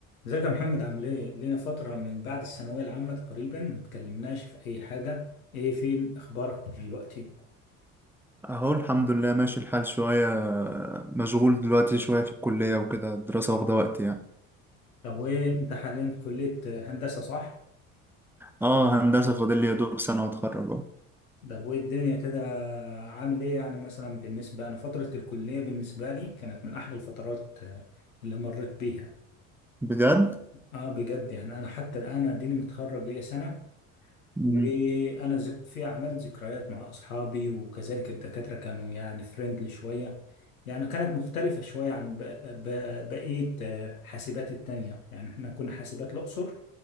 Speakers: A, on the left; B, in the centre.
A: ازيك يا محمد عامل ايه؟ لينا فترة من بعد الثانوية العامة تقريبا متكلمناش في أي حاجة، ايه فين أخبارك دلوقتي؟
B: اهو الحمد لله ماشي الحال شوية مشغول دلوقتي شوية في الكلية وكده الدراسة واخدة وقت يعني
A: طب ايه أنت حاليا في كلية هندسة صح؟
B: اه هندسة فاضل لي يا دوب سنة واتخرج اهو
A: طب وايه الدنيا كده عامل ايه يعني مثلا بالنسبة أنا فترة الكلية بالنسبة لي كانت من أحلى الفترات آه، اللي مريت بيها،
B: بجد؟
A: اه بجد يعني أنا حتى الآن أديني متخرج ليا سنة
B: مم.
A: وانا زك في عملت ذكريات مع اصحابي وكذلك الدكاتره كانوا يعني فريندلي شويه يعني كانت مختلفه شويه عن ب- ب- بقيه آه، حاسبات التانية يعني احنا كنا حاسبات الاقصر